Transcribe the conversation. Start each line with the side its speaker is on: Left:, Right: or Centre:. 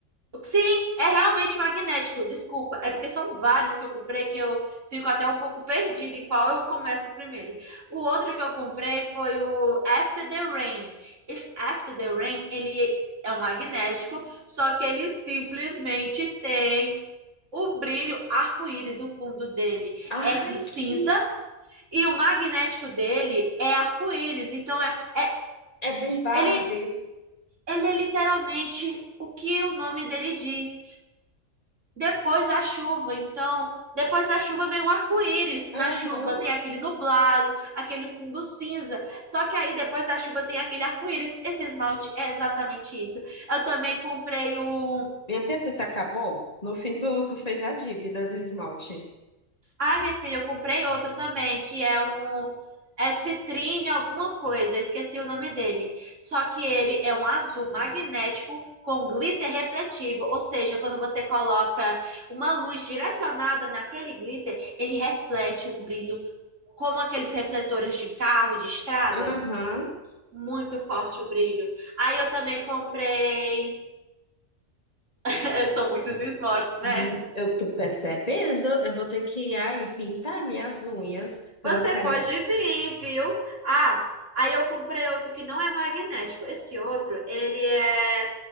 Right: Sim, é realmente magnético. Desculpa, é porque são vários que eu comprei que eu fico até um pouco perdida em qual eu começo primeiro. O outro que eu comprei foi o After the Rain. Esse After the Rain, ele é um magnético, só que ele simplesmente tem o brilho arco-íris, o fundo dele
Left: Ai,
Right: é cinza
Left: que.
Right: e o magnético dele é arco-íris. Então é, é
Left: É bem Barbie.
Right: ele ele é literalmente o que o nome dele diz depois da chuva. Então, depois da chuva vem um arco-íris.
Left: Aham.
Right: Na chuva tem aquele nublado, aquele fundo cinza. Só que aí depois da chuva tem aquele arco-íris. Esse esmalte é exatamente isso. Eu também comprei um.
Left: Minha filha, você se acabou? No fim do, tu fez a dívida de esmalte.
Right: Ai, minha filha, eu comprei outro também, que é um. É citrine alguma coisa, eu esqueci o nome dele. Só que ele é um azul magnético com glitter refletivo, ou seja, quando você coloca uma luz direcionada naquele glitter, ele reflete um brilho como aqueles refletores de carro, de estrada.
Left: Aham.
Right: Muito forte o brilho. Aí eu também comprei. <laughs> São muitos esmaltes, né?
Left: Hum, Eu tô percebendo, eu vou ter que ir aí pintar minhas unhas pelas
Right: Você
Left: carinhas.
Right: pode vir, viu? Ah, aí eu comprei outro que não é magnético. Esse outro, ele é